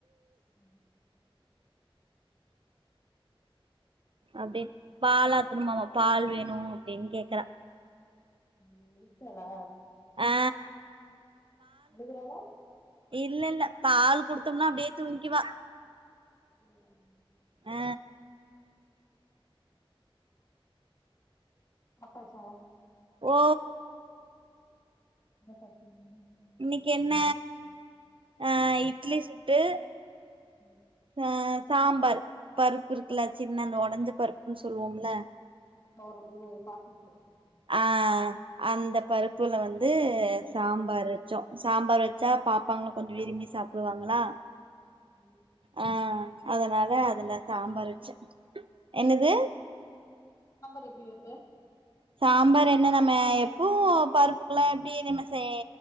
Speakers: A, on the left; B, on the right.
A: ம்
B: அப்டி பால் ஆத்தணுமாமா பால் வேணு அப்டின் கேக்கறா
A: ம் எந்ச்ட்டாலா
B: ஆ
A: அழுகுறாளா
B: இல்லல்ல பால் குடுத்தம்னா அப்டியே தூங்கிக்வா
A: சேரி
B: ஆ
A: அப்ற சாப்டாச்சா
B: ஓ
A: என்ன சாப்டிங்க
B: இன்னிக்கு என்ன அ இட்லி சுட்டு
A: ம்
B: அ சாம்பார் பருப்பு இருக்குல்ல சின்ன அந்த ஒடஞ்ச பருப்புன் சொல்லுவோம்ல
A: தொவர இது பாசிப்பருப்பு
B: ஆ அந்த பருப்புல வந்து சாம்பார் வெச்சோ சாம்பார் வெச்சா பாப்பாங்க கொஞ்சோ விரும்பி சாப்புவாங்களா
A: ம்
B: ஆ அதனால அதுல
A: அது எப்டி
B: சாம்பார்
A: வெப்ப
B: வெச்ச
A: நீ
B: என்னது
A: சாம்பார் எப்டி வெப்ப
B: சாம்பார் என்ன நம்ம எப்பூ பருப்புக்குல்லா எப்டி நம்ம சே